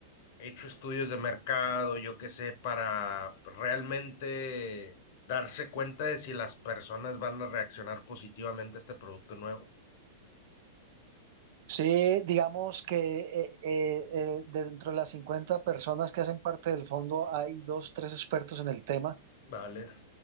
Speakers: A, on the left (about 50°); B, on the right (about 50°).
A: hecho estudios de mercado, yo qué sé, para realmente darse cuenta de si las personas van a reaccionar positivamente a este producto nuevo.
B: Sí, digamos que eh, eh, eh, dentro de las 50 personas que hacen parte del fondo hay dos, tres expertos en el tema
A: Vale,